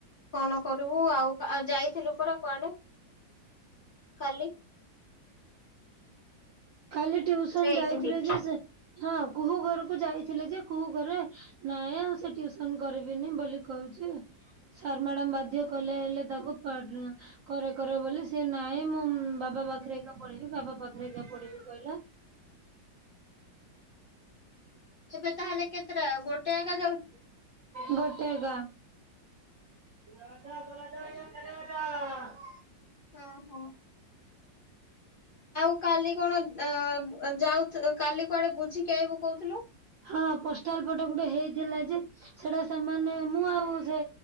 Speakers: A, on the left; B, on the right.
A: କଣ କରିବୁ ଆଉ ଆ ଯାଇଥିଲୁ ପରା କୁଆଡ଼େ? କାଲି ।
B: କାଲି ଟ୍ୱିସନ୍‌
A: ଏ
B: ଯାଇଥିଲେ
A: ଇଭିନିଂ।
B: ଯେ ସେ ହଁ କୁହୁ ଘରକୁ ଯାଇଥିଲେ ଯେ କୁହୁ ଘରେ ନାଇଁ ଆଉ ସେ ଟିଉସନ୍ କରିବିନି ବୋଲି କହୁଛି ସାର୍ ମ୍ୟାଡାମ ବାଧ୍ୟ କଲେ ହେଲେ ତାକୁ କରେ କରେ କରେ ବୋଲି ସେ ନାଇଁ ମୁଁ ବାବା ପାଖରେ ଏକା ପଢିବି ବାବା ପାଖରେ ଏକା ପଢିବି କଇଲା। <inaudible>
A: ଏବେ ତାହଲେ କେତେଟା ଗୋଟେ ଏକା ଯାଉଛି।
B: ଗୋଟେ ଗା ରାଜା <unintelligible> ଟ
A: ହୁଁ ହୁଁ । ଆଉ କାଲି କଣ ଅ-ଅ-ଅ-ଅ ଯାଉ ଥି କାଲି କୁଆଡ଼େ ବୁଝିକି ଆଇବୁ କହୁଥିଲୁ?
B: ହଁ ପୋଷ୍ଟାଲ ପଟେ ଗୋଟେ ହେଇଥିଲା ଯେ ସେଟା ସେମାନେ ମୁଁ ଆଉ ସେ